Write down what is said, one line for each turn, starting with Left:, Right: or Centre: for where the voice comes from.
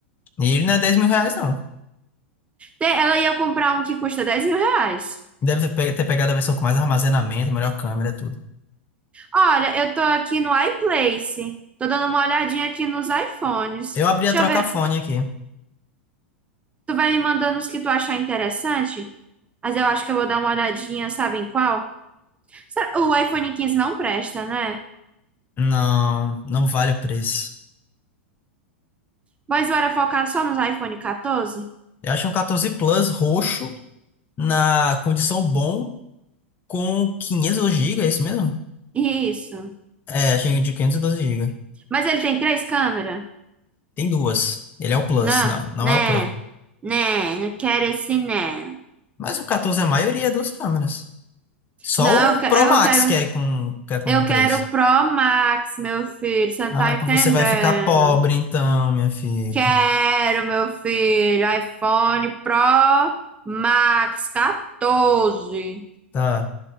Left: E ele não é dez mil reais, não.
Right: Te- Ela ia comprar um que custa dez mil reais.
Left: Deve pe- ter pegado a versão com mais armazenamento, melhor câmera, tudo.
Right: Olha, eu tô aqui no iPlace. Tô dando uma olhadinha aqui nos iPhones.
Left: Eu abri
Right: Deixa
Left: a trocafone
Right: eu ver.
Left: aqui.
Right: Tu vai me mandando os que tu achar interessante? Mas eu acho que eu vou dar uma olhadinha, sabe em qual? Será- O iPhone 15 não presta, né?
Left: Não, não vale o preço.
Right: Mas eu era focado só nos iPhone 14?
Left: Eu achei um 14 Plus roxo, na condição bom, com 512 GB, é isso mesmo?
Right: Isso.
Left: É, achei de 512 gigas.
Right: Mas ele tem três câmeras?
Left: Tem duas. Ele é o Plus,
Right: Não,
Left: não, não
Right: né?
Left: é o Pro.
Right: Né? Não quero esse né.
Left: Mas o 14 é a maioria das câmeras. Só
Right: Não,
Left: o
Right: eu que-
Left: Pro
Right: eu
Left: Max
Right: quero,
Left: que é com, que é com
Right: eu
Left: 3.
Right: quero o Pro Max, meu filho. Você não
Left: Ah,
Right: tá entendendo?
Left: então você vai ficar pobre então, minha filha.
Right: Quero, meu filho. iPhone Pro Max 14.
Left: Tá.